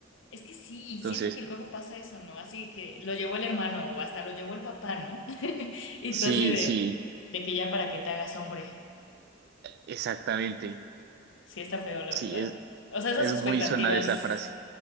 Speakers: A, on the left; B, on the right.
A: Es que sí, y
B: Entonces,
A: siento que luego pasa eso, ¿no? Así que lo llevó el hermano o hasta lo llevó el papá, ¿no? <laughs> Y
B: sí,
A: tú así de,
B: sí,
A: de que ya para que te hagas hombre,
B: exactamente.
A: sí está feo, la
B: Sí,
A: verdad. O sea, esas
B: Es
A: expectativas.
B: muy sonada esa frase.